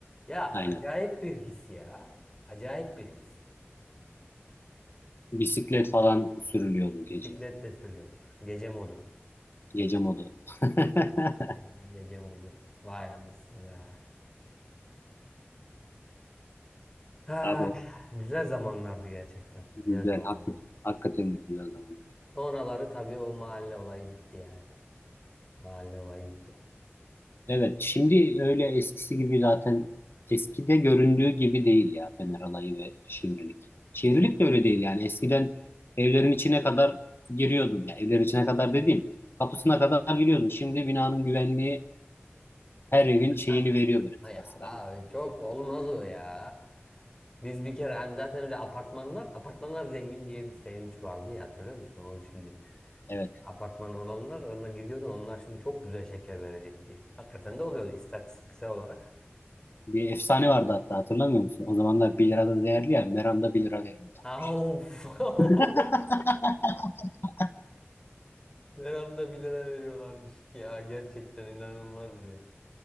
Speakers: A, on the left; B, on the left.
A: Ya
B: Aynen.
A: acayip bir his ya. Acayip bir his.
B: Bisiklet falan sürülüyordu gece.
A: Bisiklet de sürüyorduk. Gece modu.
B: Gece modu. <laughs>
A: Aynen, gece modu. Vay anasını be. Ha,
B: Abi o
A: güzel zamanlardı gerçekten. Güzel
B: güzel.
A: zamanlardı.
B: hak- Hakikaten güzel zamanlar.
A: Sonraları tabii o mahalle olayı bitti yani. Mahalle olayı bitti.
B: Evet şimdi öyle eskisi gibi zaten eskide göründüğü gibi değil ya Fener Alayı ve Şivrilik. Şivrilik de öyle değil yani. Eskiden evlerin içine kadar giriyordun. Ya evlerin içine kadar dediğim kapısına kadar giriyordun. Şimdi binanın güvenliği her evin şeyini
A: Ah.
B: veriyor böyle sıra
A: Ya
B: sıra.
A: ay, çok olmaz o ya. Biz bir kere hani zaten öyle apartmanlar, apartmanlar zengin diye bir sevinç vardı ya hatırlıyor musun oğlum şimdi?
B: Evet.
A: Şey, apartman olanlar ona gidiyordu onlar şimdi çok güzel şeker verecek diye. Hakikaten de oluyordu istatistiksel olarak.
B: Bir efsane vardı hatta hatırlamıyor musun? O zamanlar bir lira da değerli ya. Meram'da bir lira veriyorlarmış.
A: Ha, Of.
B: <laughs>
A: <laughs> Meramda bir lira veriyorlarmış ya gerçekten inanılmaz ya.